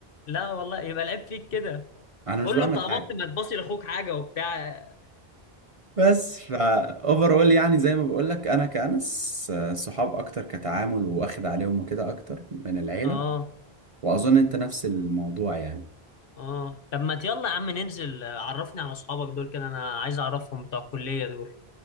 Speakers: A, on the left; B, on the right.
A: لا والله يبقى العيب فيك كده
B: انا
A: قول
B: مش بعمل
A: له انت قبضت
B: حاجه
A: ما تباصي لاخوك حاجه وبتاع
B: بس فا اوفرول يعني زي ما بقول لك انا كأنس آه، صحاب اكتر كتعامل واخد عليهم وكده اكتر من العيله
A: اه
B: واظن انت نفس الموضوع يعني
A: اه طب ما يلا يا عم ننزل آه، عرفني على اصحابك دول كده انا عايز اعرفهم بتوع الكليه دول